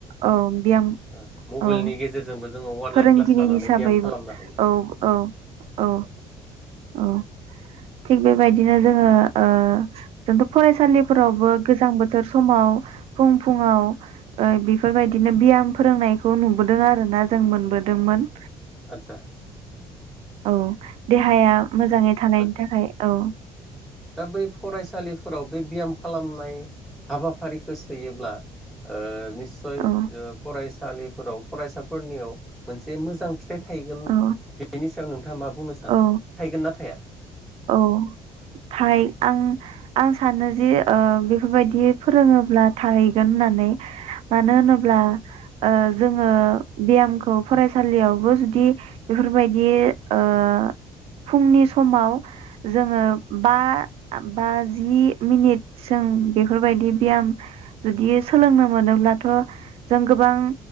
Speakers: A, on the right; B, in the centre.
A: औ बियाम
B: ओ मबाइलनि
A: औ
B: गेजेरजोंबो जोङो अनलाइन
A: फोरोंगिरि
B: क्लास लानानै
A: हिसाबै
B: ब्याम खालामनो हायो
A: औ औ औ औ थिग बेबायदिनो जोङो ओ जोंथ' फरायसालिफोरावबो गोजां बोथोर समाव फुं फुङाव ओ बेफोरबायदिनो बियाम फोरोंनायखौ नुबोदों आरो ना जों मोनबोदोंमोन
B: आतसा
A: औ देहाया मोजाङै थानायनि
B: आदसा
A: थाखाय औ
B: दा बै फरायसालिफोराव बे बियाम खालामनाय हाबाफारिखौ सोयोब्ला ओ नि सय ओ
A: औ
B: फराय फरायसालिफोराव फरायसाफोरनियाव मोनसे मोजां फि थायगोन
A: औ
B: बेनि सायाव नोंथाङा मा बुंनो सानो?
A: औ
B: थायगोन ना थाया
A: औ थाय आं आं सानो जे ओ बेफोरबायदि फोरोङोब्ला थाहैगोन होननानै मानो होनोब्ला ओ जोङो बेयामखौ फरायसालियावबो जुदि एफोरबायदि ओ फुंनि समाव जोङो बा बा जि मिनिट जों बेफोरबायदि बियाम जुदि सोलोंनो मोनोब्लाथ' जों गोबां